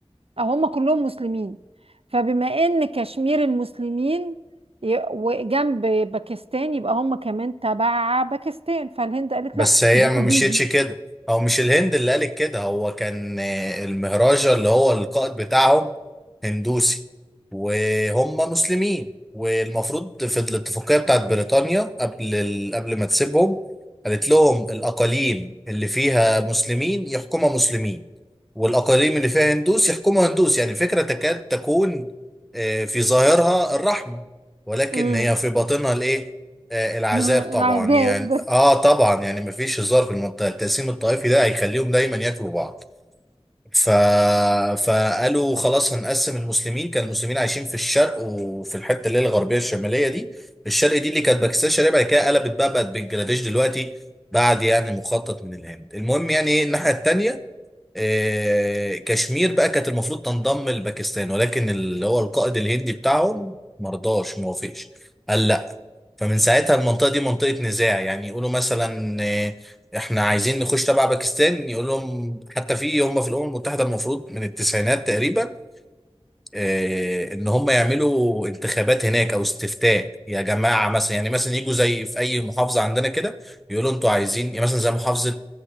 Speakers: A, on the right (about 65°); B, in the centre.
A: هم كلهم مسلمين فبما ان كشمير المسلمين ي- وجنب باكستان يبقى هم كمان تبع باكستان فالهند قالت
B: بس
A: لا
B: هي
A: دي
B: ما
A: حدودي
B: مشيتش كده هو مش الهند اللي قالت كده هو كان آه، المهراجة اللي هو القائد بتاعهم هندوسي وهم مسلمين والمفروض في الاتفاقية بتاعت بريطانيا قبل ال... قبل ما تسيبهم قالت لهم الأقاليم اللي فيها مسلمين يحكمها مسلمين والأقاليم اللي فيها هندوس يحكمها هندوس يعني الفكرة تكاد تكون آه، في ظاهرها الرحمة ولكن
A: امم
B: هي في باطنها الإيه؟ آه، العذاب
A: <laughs>
B: طبعا
A: العذاب
B: يعني اه طبعا يعني مفيش هزار في المنطقه التقسيم الطائفي ده هيخليهم دايما ياكلوا بعض ف... فقالوا خلاص هنقسم المسلمين كان المسلمين عايشين في الشرق وفي الحته اللي هي الغربيه الشماليه دي الشرق دي اللي كانت باكستان الشرقيه بعد كده قلبت بقى بقت بنجلاديش دلوقتي بعد يعني مخطط من الهند المهم يعني ايه الناحيه التانيه آه كشمير بقى كانت المفروض تنضم لباكستان ولكن اللي هو القائد الهندي بتاعهم مرضاش موافقش قال لا فمن ساعتها المنطقة دي منطقة نزاع يعني يقولوا مثلا آه، احنا عايزين نخش تبع باكستان يقول لهم حتى في هم في الأمم المتحدة المفروض من التسعينات تقريبا آه، ان هم يعملوا انتخابات هناك او استفتاء يا جماعة مثلا يعني مثلا يجوا زي في اي محافظة عندنا كده يقولوا انتوا عايزين يعني مثلا زي محافظة